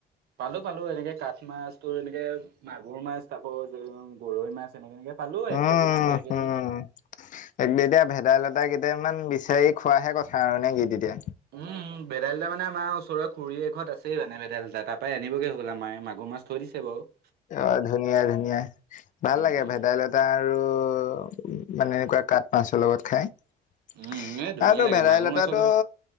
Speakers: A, on the right; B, on the left.
A: পালো- পালো এনেকে কাঠ মাছ তোৰ এনেকে মাগুৰ মাছ পাব যে গৰৈ মাছ এনেকে- এনেকে। পালো এক
B: উম
A: কেজি মান ডেৰ কেজি
B: উম <unintelligible>
A: মান পালো
B: ভেদাইলত তাই কেইটামান বিচাৰি খোৱাহে কথা আৰু নে কি তেতিয়া।
A: উম ভেদাইলতা মানে আমাৰ ওচৰৰ খুৰীৰ এ ঘৰত আছেই মানে ভেদাইলতা তাৰ পৰাই আনবগৈ হব'লা। আ মায়ে মাগুৰ মাছ থৈ দিছে বাৰু।
B: অ' ধুনীয়া-ধুনীয়া ভাল
A: উম
B: লাগে
A: উম
B: ভেদাইলতা আৰু আৰু মানে এনেকুৱা কাঠ মাছৰ লগত খাই। এইটো
A: উম এই ধুনীয়া লাগে
B: ভেদাইলতাটো
A: মাগুৰ মাছৰ লগত